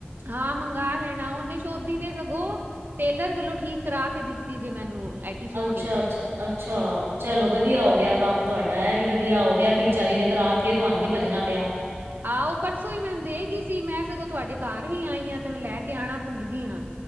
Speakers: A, on the right; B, on the right.
A: ਹਾਂ ਮੰਗਾ ਲੈਣਾ ਓਨੇ ਸੋ਼ਧੀ ਨੇ ਸਗੋਂ ਟੇਲਰ ਕੋਲੋਂ ਠੀਕ ਕਰਾ ਕੇ ਦਿੱਤੀ ਜੇ ਮੈਨੂੰ। ਐਡੀ ਸੋਹਣੀ।
B: ਅੱਛਾ, ਅੱਛ, ਅੱਛਾ ਚਲੋ ਵਧੀਆ
A: ਹਾਂ
B: ਹੋ ਗਿਆ ਕੰਮ। ਤੁਹਾਡਾ ਐ ਵੀ ਵਧੀਆ ਹੋ ਗਿਆ ਕਿ ਵਿਚਾਰੀ ਨੇ ਕਰਾਤੀ ਤੁਹਾਨੂੰ ਨੀ ਭੱਜਣਾ ਪਿਆ।
A: ਆਹ ਓ ਪਰਸੋਂ ਹੀ ਮੈਨੂੰ ਦੇ ਗਈ ਸੀ ਮੈਂ ਸਗੋਂ ਤੁਹਾਡੇ ਘਰ ਵੀ ਆਈ ਆਂ ਤੇ ਮੈਂ ਲੈ ਕੇ ਆਉਣਾ ਭੁੱਲ ਗਈ ਆਂ।